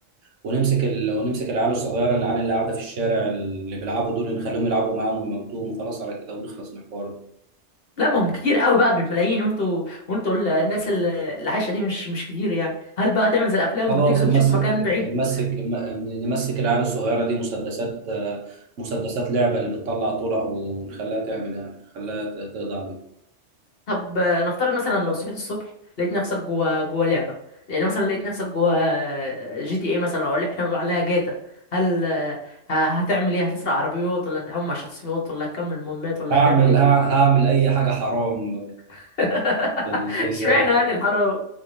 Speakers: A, on the right (about 80°); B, on the left (about 50°).
A: ونمسك ال... ونمسك العيال الصغيره العيال اللي قاعده في الشارع اللي بيلعبوا دول نخليهم يلعبوا معاهم ويموتوهم وخلاص على كده ونخلص من الحوار ده.
B: لا ما هم كتير قوي بقى بالملايين وانتوا وانتوا ال- الناس ال- اللي عايشه دي مش مش كتير يعني هل بقى تعمل زي الافلام
A: خلاص
B: وتجري
A: نمسك
B: وتشوف مكان بعيد
A: نمسك نمسك العيال الصغيره دي مسدسات آه، مسدسات لعبه اللي بتطلع طلق ونخليها تعمل يعني نخليها ت- تقضي عليهم
B: طب آه، نفترض مثلا لو صحيت الصبح لقيت نفسك جوا جوا لعبه يعني مثلا لقيت نفسك جوا جي تي اي مثلا او اللي احنا بنقول عليها جاتا هل آه، ه- هتعمل ايه هتسرق عربيات ولا هتتعامل مع شخصيات ولا هتكمل مهمات ولا
A: هعمل
B: هتعمل ايه
A: ه- هعمل اي حاجه حرام
B: <laughs>
A: في ال... في الواقع
B: اشمعنى يعني الحرام